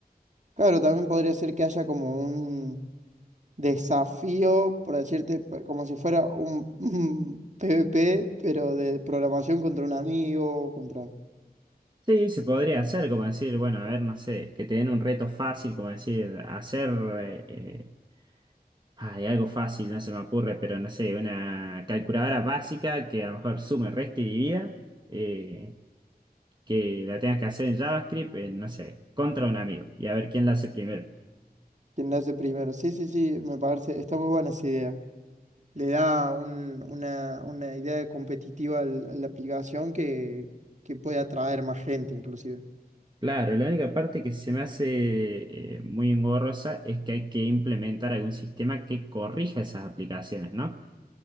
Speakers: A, on the right; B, on the right.
A: Claro, también podría ser que haya como un desafío, por decirte, pe- como si fuera un, <laughs> un PvP, pero de programación contra un amigo, contra
B: Sí, se podría hacer, como decir, bueno, a ver, no sé, que te den un reto fácil, como decir, hacer eh, eh, Ah, Hay algo fácil, no se me ocurre, pero no sé, una calculadora básica que a lo mejor sume, resta y divida, eh, que la tengas que hacer en JavaScript, en, no sé, contra un amigo, y a ver quién la hace primero.
A: quien lo hace primero. Sí, sí, sí, me parece, está muy buena esa idea. Le da un- una, una idea competitiva al- a la aplicación que, que puede atraer más gente, inclusive.
B: Claro, la única parte que se me hace eh, muy engorrosa es que hay que implementar algún sistema que corrija esas aplicaciones, ¿no?